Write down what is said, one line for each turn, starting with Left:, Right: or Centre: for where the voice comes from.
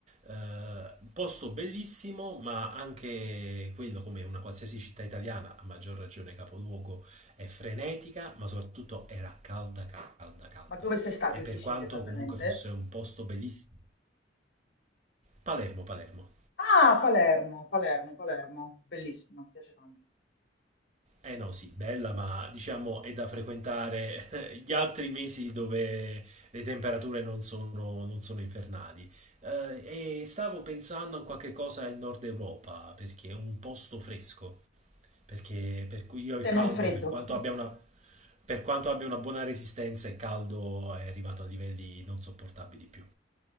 Right: Eh, posto bellissimo, ma anche quello, come una qualsiasi città italiana, a maggior ragione capoluogo, è frenetica, ma soprattutto era calda, calda, calda.
Left: Ma dove sei stata
Right: E
Left: in
Right: per
Left: Sicilia
Right: quanto
Left: esattamente?
Right: comunque fosse un posto bellissimo, Palermo, Palermo.
Left: Ah, Palermo, Palermo, Palermo. Bellissima, piace tanto.
Right: Eh no, sì, bella, ma diciamo è da frequentare <laughs> gli altri mesi dove le temperature non sono, non sono infernali. Eh, e stavo pensando a qualche cosa in Nord Europa, perché è un posto fresco, perché per cui io il
Left: Se
Right: caldo,
Left: non freddo.
Right: per quanto
Left: <laughs>
Right: abbia una, per quanto abbia una buona resistenza, il caldo è arrivato a livelli non sopportabili più.